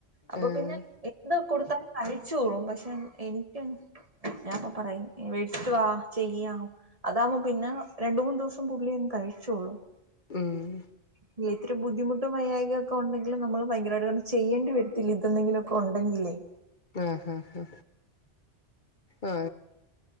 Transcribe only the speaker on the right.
അപ്പൊപിന്നെ
എന്ത് കൊടുത്താലും കാരൃ കഴിച്ചോളും പക്ഷെ എനക്ക് ഞാൻപ്പ പറയും വേടിച്ചുവാ ചെയ്യാം അതാവകുമ്പോ പിന്നെ രണ്ട മൂന്ന് ദിവസം പുള്ളിും കഴിച്ചോളും
ഇല്ല ഇത്രരി ബുദ്ധിമുട്ട് മയകയ ഒക്കെണ്ടെങ്കും നമ്മള് ഭയങ്കരമായിട്ട് കണം ചെയ്യേണ്ടി വരത്തില്ല ഇതെങ്കിലും ഒക്കെ ഉണ്ടെങ്കിലേ